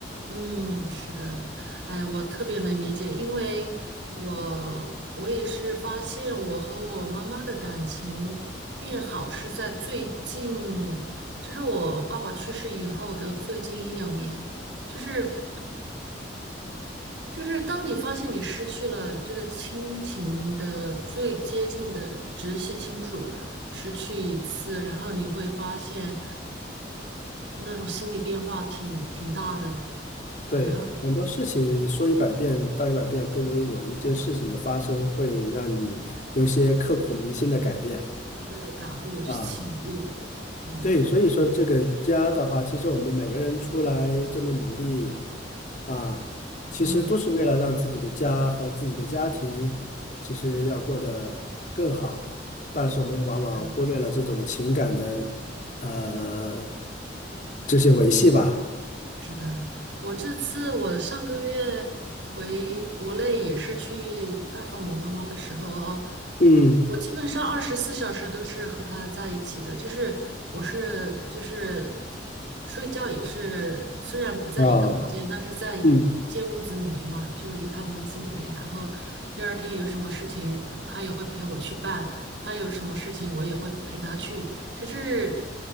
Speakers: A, on the right; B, on the left.
A: 嗯，是的，哎，我特别能理解，因为我我也是发现我和我妈妈的感情变好是在最近，就是我爸爸去世以后的最近一两年，就是。就是当你发现你失去了这个亲情的最接近的直系亲属，失去一次，然后你会发现那种心理变化挺挺大的，
B: 对，
A: 然后
B: 很多事情说一百遍道一百遍，不如有一件事情的发生会让你有些刻骨铭心的改变
A: 对感悟醒悟，
B: 啊。
A: 对，
B: 对，所以说这个家的话，其实我们每个人出来这么努力啊，其实都是为了让自己的家和自己的家庭，
A: 嗯，
B: 其实要过得更好。但是我们又往往忽略了这种情感的
A: 是的。
B: 呃这些维系吧。
A: 是的，我这次我上个月回国内也是去拜访我妈妈的时候哦，
B: 嗯
A: 我基本上二十四小时都是和她在一起的，就是我是就是睡觉也是，虽然不在一个房间，
B: 啊，
A: 但是在一一间屋子里面嘛，
B: 嗯
A: 就一套房子里面，然后第二天有什么事情，她也会陪我去办，她有什么事情我也会陪她去，就是